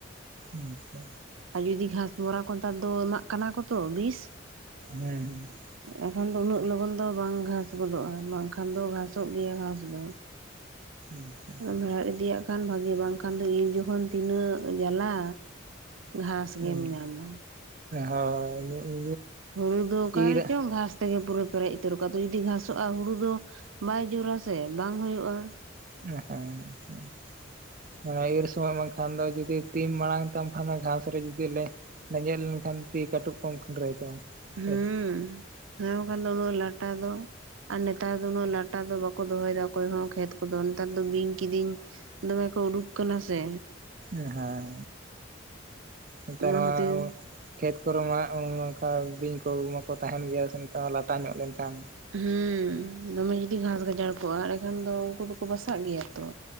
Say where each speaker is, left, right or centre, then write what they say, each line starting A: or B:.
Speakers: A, on the right; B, on the right.
A: ᱟᱪᱪᱷᱟ
B: ᱟᱨ ᱡᱩᱫᱤ ᱜᱷᱟᱥᱢᱚᱨᱟ ᱠᱚ ᱱᱮᱛᱟᱨ ᱫᱚ ᱮᱢᱟᱜ ᱠᱟᱱᱟ ᱠᱚ ᱛᱚ ᱵᱤᱥ
A: ᱦᱮᱸ ᱦᱩᱸ।
B: ᱮᱱᱠᱷᱟᱱ ᱫᱚ ᱩᱱᱟᱹᱜ ᱞᱚᱜᱚᱱ ᱫᱚ ᱵᱟᱝ ᱜᱷᱟᱥ ᱜᱚᱫᱚᱜᱼᱟ ᱵᱟᱝᱠᱷᱟᱱ ᱫᱚ ᱜᱷᱟᱥᱚᱜ ᱜᱮᱭᱟ ᱜᱷᱟᱥ ᱫᱚ।
A: ᱟᱪᱪᱷᱟ।
B: ᱟᱢ ᱦᱮᱲᱮᱫ ᱤᱫᱤᱭᱟᱜ ᱠᱷᱟᱱ ᱵᱷᱟᱜᱤ ᱵᱟᱝᱠᱷᱟᱱ ᱫᱚ ᱤᱨ ᱡᱚᱠᱷᱚᱱ ᱛᱤᱱᱟᱹᱜ ᱡᱟᱞᱟ। ᱜᱷᱟᱥ ᱜᱮᱢ
A: ᱟᱪᱪᱷᱟ
B: ᱧᱟᱢᱟ
A: ᱦᱳᱭ
B: ᱦᱩᱲᱩ ᱫᱚ ᱚᱠᱟᱨᱮ
A: ᱤᱨ
B: ᱪᱚᱝ ᱜᱷᱟᱥ ᱛᱮᱜᱮ ᱯᱩᱨᱟᱹ ᱯᱮᱨᱮᱡ ᱩᱛᱟᱹᱨ ᱠᱚᱜᱼᱟ, ᱡᱩᱫᱤ ᱜᱷᱟᱥᱚᱜᱼᱟ ᱦᱩᱲᱩ ᱫᱚ ᱵᱟᱭ ᱡᱳᱨ ᱟᱥᱮ ᱵᱟᱝ ᱦᱩᱭᱩᱜᱼᱟ।
A: <inaudible> ᱚᱸ। ᱢᱟᱱᱮ ᱤᱨ ᱥᱚᱢᱚᱭ ᱵᱟᱝᱠᱷᱟᱱ ᱫᱚ ᱡᱩᱫᱤ ᱛᱤᱢ ᱢᱟᱲᱟᱝ ᱛᱟᱢ ᱠᱷᱟᱱ ᱫᱚ ᱜᱷᱟᱸᱥ ᱨᱮ ᱡᱩᱫᱤ ᱞᱮ ᱞᱮᱸᱡᱮᱫ ᱞᱮᱱᱠᱷᱟᱱ ᱛᱤ ᱠᱟᱹᱴᱩᱵ ᱠᱚᱢ ᱠᱷᱟᱹᱱᱰᱨᱟᱹᱭ ᱛᱟᱢᱟ।
B: ᱦᱩᱸ
A: ᱦᱮᱸ
B: ᱦᱮᱸ ᱵᱟᱠᱷᱟᱱ ᱫᱚ ᱩᱱᱟᱹᱜ ᱞᱟᱴᱟ ᱫᱚ ᱟᱨ ᱱᱮᱛᱟᱨ ᱫᱚ ᱩᱱᱟᱹᱜ ᱞᱟᱴ ᱴᱟ ᱫᱚ ᱵᱟᱠᱚ ᱫᱚᱦᱚᱭᱮᱫᱟ ᱚᱠᱚᱭ ᱦᱚᱸ ᱠᱷᱮᱛ ᱠᱚᱫᱚ ᱱᱮᱛᱟᱨ ᱫᱚ ᱵᱤᱧ ᱠᱤᱫᱤᱧ ᱫᱚᱢᱮ ᱠᱚ ᱩᱰᱩᱠ ᱠᱟᱱᱟ ᱥᱮ।
A: ᱮ ᱦᱮᱸ ᱱᱮᱛᱟᱨ
B: ᱚᱱᱟ
A: ᱢᱟ
B: ᱠᱷᱟᱹᱛᱤᱨ
A: ᱠᱷᱮᱛ ᱠᱚᱨᱮ ᱢᱟ ᱚᱝᱠᱟ ᱵᱤᱧ ᱠᱚ ᱢᱟᱠᱚ ᱛᱟᱦᱮᱱ ᱜᱮᱭᱟ ᱥᱮ ᱱᱮᱛᱟᱨ ᱢᱟ ᱞᱟᱴᱟ ᱧᱚᱜ ᱞᱮᱱᱠᱷᱟᱱ᱾
B: ᱦᱩᱸ ᱫᱚᱢᱮ ᱡᱩᱫᱤ ᱜᱷᱟᱥ ᱜᱟᱡᱟᱲ ᱠᱚᱜᱼᱟ, ᱮᱸᱰᱮᱠᱷᱟᱱ ᱫᱚ ᱩᱱᱠᱩ ᱫᱚᱠᱚ ᱵᱟᱥᱟᱜ ᱜᱮᱭᱟ ᱛᱚ।